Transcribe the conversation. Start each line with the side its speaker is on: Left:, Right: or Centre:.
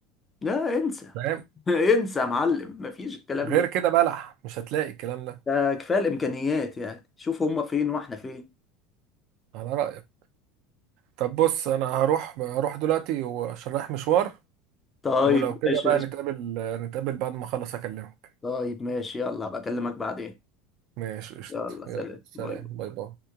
Left: لا انسى
Right: فاهم؟
Left: <laughs> انسى يا معلم مفيش الكلام
Right: غير
Left: ده
Right: كده بلح مش هتلاقي الكلام ده
Left: ده كفاية الامكانيات يعني شوف هما فين واحنا فين
Right: على رأيك طب بص انا هروح هروح دلوقتي وعشان رايح مشوار
Left: طيب
Right: ولو كده
Left: ماشي
Right: بقى نتقابل نتقابل بعد ما اخلص اكلمك
Left: طيب ماشي يلا هبقى اكلمك بعدين
Right: ماشي قشطة
Left: يلا سلام
Right: يلا سلام
Left: باي
Right: باي باي